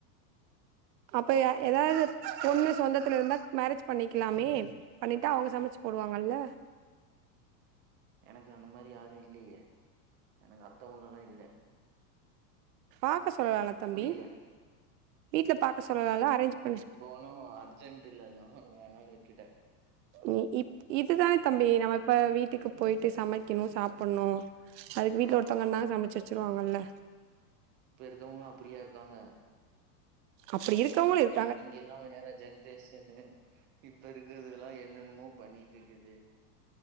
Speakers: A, on the right; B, on the right.
A: அப்ப ஏதாது பொண்ணு சொந்தத்துல இருந்தா மேரேஜ் பண்ணிக்லாமே பண்ணிட்டா அவங்க சமைச்சு போடுவாங்கல்ல
B: எனக்கு அந்த மாரி யாரு இல்லையே எனக்கு அத்த பொண்ணுல்லா இல்ல
A: பாக்க சொல்லலான் தம்பி
B: புரியல.
A: வீட்ல பாக்க சொல்லலா அரேஞ்ச் பண்ணி
B: ஒண்ணு அர்ஜென்ட் இல்லன்னு வேணாம்னு விட்டுட்ட
A: இ இப் இதுதான தம்பி நம்ம இப்ப வீட்டுக்கு போயிட்டு சமைக்கணு சாப்பிட்ணு அதுக்கு வீட்ல
B: ஆமா.
A: ஒருத்தவங்க இருந்தாங்கன்னா சமைச்சு வச்சிருவாங்கல்ல
B: இப்ப இருக்கவங்களா அப்டியா இருக்காங்க
A: அப்டி இருக்கிறவங்ளு இருக்
B: நீங்க எல்லா வேற ஜென்ரேஷன்னு இப்ப இருக்கறதுங்க எல்லா என்னென்னமோ பண்ணிட்டு இருக்குது